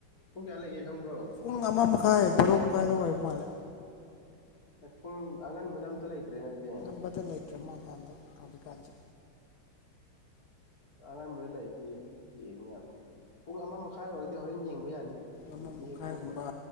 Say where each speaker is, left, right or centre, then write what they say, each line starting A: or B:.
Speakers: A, on the left; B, on the left.
A: ꯄꯨꯡ ꯀꯌꯥ ꯂꯩꯒꯦ ꯈꯪꯕ꯭ꯔꯣ
B: ꯄꯨꯡ ꯑꯃ ꯃꯈꯥꯏ ꯕꯥꯔꯣ ꯃꯈꯥꯏꯗ ꯑꯣꯏꯕ ꯃꯥꯜꯂꯦ꯫
A: <inaudible> ꯑꯁ ꯄꯨꯡ ꯑꯉꯟꯕꯗ ꯑꯝꯇ ꯂꯩꯇ꯭ꯔꯦꯅꯦ ꯑꯗꯨꯗꯤ꯫
B: ꯑꯃꯇ ꯂꯩꯇ꯭ꯔꯦ ꯃꯥꯜꯂꯦ ꯍꯟꯗꯛ ꯍꯧꯖꯤꯛꯀꯥꯟꯁꯦ꯫
A: ꯑꯉꯟꯕꯗ ꯂꯩꯗꯤ ꯌꯦꯡ ꯌꯥꯕ ꯄꯨꯡ ꯑꯃ ꯃꯈꯥꯏ ꯑꯣꯏꯔꯒꯗꯤ ꯍꯣꯔꯦꯟ ꯌꯦꯡꯕ ꯌꯥꯅꯤ꯫
B: ꯑꯃ
A: ꯗ꯭ꯌꯨꯇꯤ
B: ꯃꯈꯥꯏꯒꯨꯝꯕ
A: ꯍꯦꯛ ꯊꯣꯛꯄꯒ